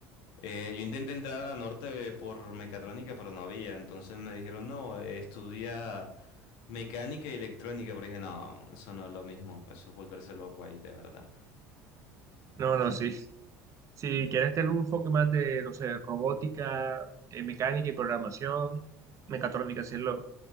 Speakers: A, on the left (about 75°); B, on the right (about 45°).
A: Eh, yo intenté entrar a la Norte por mecatrónica, pero no había, entonces me dijeron, no, eh, estudia mecánica y electrónica, pero dije, no, eso no es lo mismo, eso es volverse loco ahí, de verdad.
B: No, no, sí. Si quieres tener un enfoque más de, no sé, robótica, eh, mecánica y programación, mecatrónica, sí es lo,